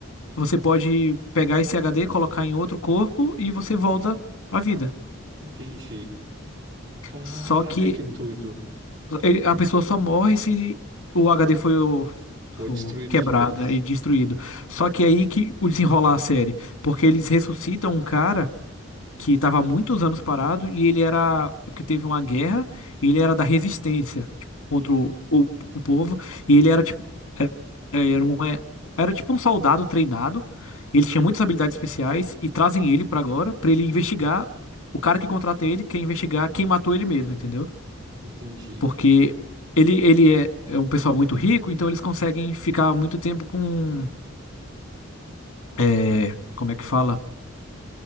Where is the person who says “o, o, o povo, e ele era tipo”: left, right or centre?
Left